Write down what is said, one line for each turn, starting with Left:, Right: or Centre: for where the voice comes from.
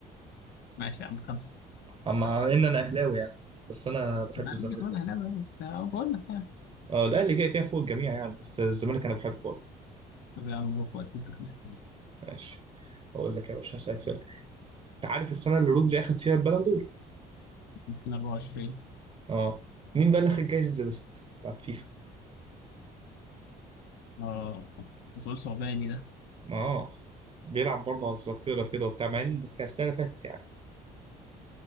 Left: ماشي يا عم خمسه
Right: مع ان انا اهلاوي يعني بس انا بحب
Left: ما أنا
Right: الزمالك
Left: عامل لك كمان اهلاوي بس أهو بقول لك يعني
Right: اه الاهلي كده كده فوق الجميع يعني بس الزمالك انا بحبه برضه
Left: طب يا عم روح وقت انت كمان
Right: ماشي اقول لك يا باشا هسألك سؤال انت عارف السنه اللي رودري اخد فيها البالون دور
Left: 2024
Right: اه مين بقى اللي خد جايزه ذا بيست بتاعت فيفا
Left: اه مسؤول صعباني ده
Right: اه بيلعب برضه على الذاكره كده وبتاع مع ان ده كان السنه اللي فاتت يعني